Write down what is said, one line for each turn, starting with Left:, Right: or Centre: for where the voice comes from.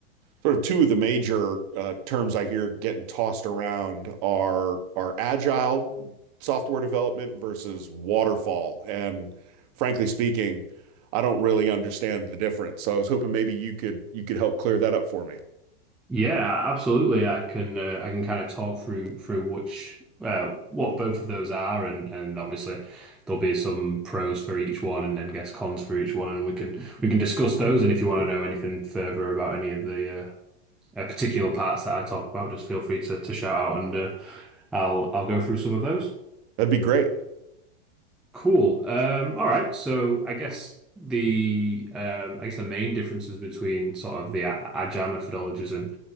Right: sort of two of the major uh, terms I hear getting tossed around are are agile software development versus waterfall. And frankly speaking, I don't really understand the difference. So I was hoping maybe you could you could help clear that up for me.
Centre: yeah, absolutely. I can uh, I can kind of talk through through which uh, what both of those are, and and obviously there'll be some pros for each one, and then guess cons for each one, and we can we can discuss those. And if you want to know anything further about any of the uh, uh, particular parts that I talk about, just feel free to to shout out, and uh, I'll I'll go through some of those.
Right: That'd be great.
Centre: Cool. Um, all right. So I guess the um, I guess the main differences between sort of the a- agile methodologies and